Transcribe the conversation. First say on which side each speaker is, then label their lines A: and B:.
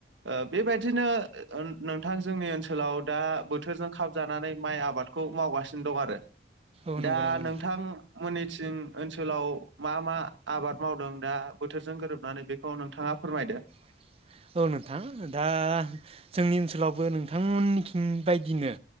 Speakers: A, on the right; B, on the right.
A: ओ बेबायदिनो ओ नोंथां जोंनि ओनसोलाव दा बोथोरजों खाब जानानै माइ आबादखौ। खौ मावगासिनो दं आरो
B: औ नंगौ
A: दा
B: नंगौ
A: नोंथां मोननिथिं ओनसोलाव मा मा आबाद मावदों दा बोथोरजों गोरोबनानै बेखौ नोंथाङा फोरमायदो
B: <inaudible> औ नोंथां दा जोंनि ओनसोलावबो नोंथांमोननि बायदिनो